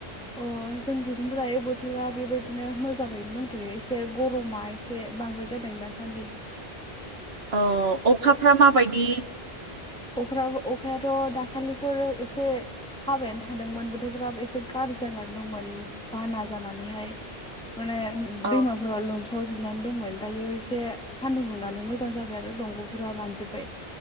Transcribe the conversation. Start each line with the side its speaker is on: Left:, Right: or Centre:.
Centre: अ जों थिजों थह दायो बोथोरा बेबायदिनो मोजाङैनो दंथयो एसे गरमा एसे बांद्राय जादों दासान्दि
Right: अ अखाफ्रा माबायदि
Centre: अख्रा अखायाथ दाखालिफोर एसे हाबायानो थादोंमोन बोथोरफोराबो एसे गाज्रि जानानै दंमोन बाना जानानैहाय माने
Right: औ
Centre: दैमाफ्रा लोम सावजोबनानै दंमोन दायो एसे सानदुं दुंनानै मोजां जाबाय आरो दंगफोरा रानजोबाय